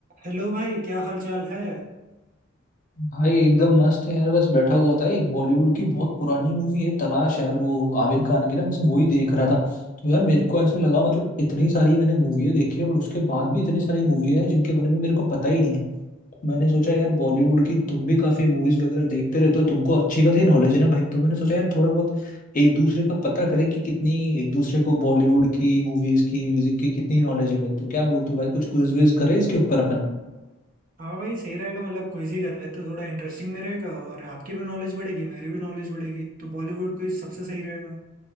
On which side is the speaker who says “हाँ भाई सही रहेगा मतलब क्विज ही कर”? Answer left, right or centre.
Right